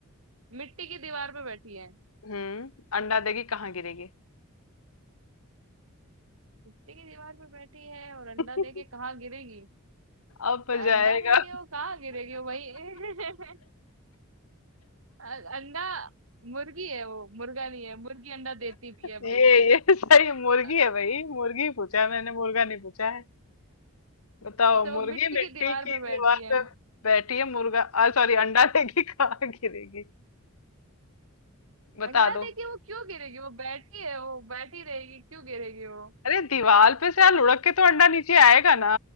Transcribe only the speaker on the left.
हम्म अंडा देगी कहाँ गिरेगी
<laughs>
अब
जाएगा
ये
ये सही मुर्गी
है भाई मुर्गी पूछा है मैंने मुर्गा नहीं पूछा है बताओ
मुर्गी
मिट्टी
की
दीवार
पे बैठी है मुर्गा सॉरी अंडा देगी कहाँ गिरेगी बता
दो
अरे दीवार पे से यार लुढ़क के तो अंडा नीचे आएगा ना